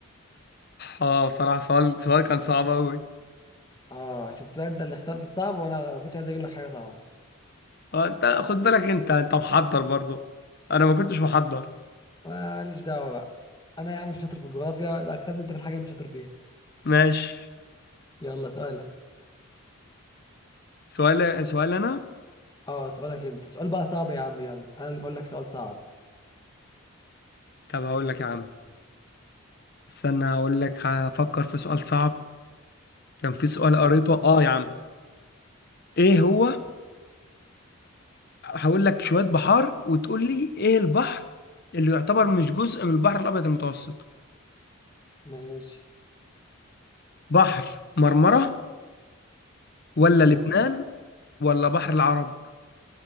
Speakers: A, on the left; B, on the left.
A: اه بصراحه سؤال سؤال كان صعب قوي
B: اه شفت بقى انت اللي اخترت الصعب وانا ما كنتش عايز اجيب لك حاجه صعبه
A: اه انت خد بالك انت انت محضر برضه انا ما كنتش محضر
B: ماليش دعوه بقى انا يا عم شاطر في الجغرافيا يبقى اكسبني انت في الحاجه انت شاطر فيها
A: ماشي
B: يلا سؤالك
A: سؤال سؤال انا
B: اه سؤالك انت سؤال بقى صعب يا عم يلا انا اللي بقول لك سؤال صعب
A: طب هقول لك يا عم استنى هقول لك هفكر في سؤال صعب كان في سؤال آه.
B: يا
A: قريته
B: عم
A: اه يا عم ايه هو هقول لك شوية بحار وتقول لي ايه البحر اللي يعتبر مش جزء من البحر الابيض المتوسط
B: ماشي
A: بحر مرمرة ولا
B: ايوه
A: لبنان ولا بحر العرب